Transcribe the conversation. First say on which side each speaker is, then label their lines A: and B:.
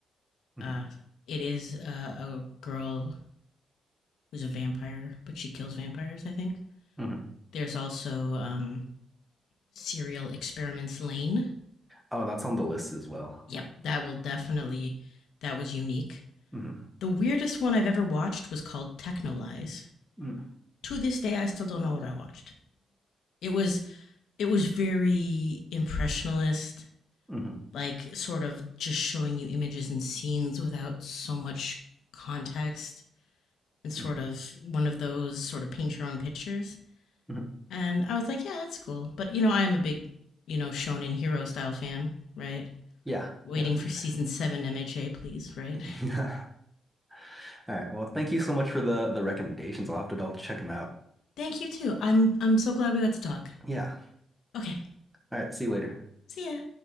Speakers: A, in the centre; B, on the left (about 85°).
A: Mhm.
B: Uh, it is uh, a girl who's a vampire, but she kills vampires, I think.
A: Mhm.
B: There's also um, Serial Experiments Lane.
A: Oh, that's on the list as well.
B: Yep, that will definitely, that was unique.
A: Mhm.
B: The weirdest one I've ever watched was called Technolize.
A: Mhm.
B: To this day, I still don't know what I watched. It was it was very impressionist,
A: Mhm.
B: like sort of just showing you images and scenes without so much context, and sort
A: Mhm.
B: of one of those sort of paint your own pictures.
A: Mhm.
B: And I was like, yeah, that's cool. But, you know, I am a big, you know, shonen hero style fan, right?
A: Yeah,
B: Waiting
A: yeah, for
B: for
A: sure.
B: season seven MHA, please, right?
A: <laughs> All right. Well, thank you so much for the the recommendations. I'll have to double check them out.
B: <laughs> Thank you too. I'm I'm so glad we got to talk.
A: Yeah.
B: Okay.
A: All right, see you later.
B: See ya.